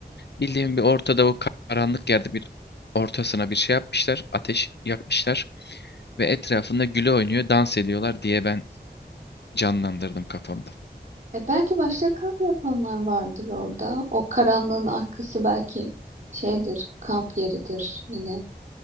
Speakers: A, on the left; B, on the right.
A: Bildiğim bir ortada o karanlık yerde bir ortasına bir şey yapmışlar. Ateş yakmışlar. Ve etrafında güle oynuyor, dans ediyorlar diye ben canlandırdım kafamda.
B: E belki başka kamp yapanlar vardır orada. O karanlığın arkası belki şeydir, kamp yeridir. Yine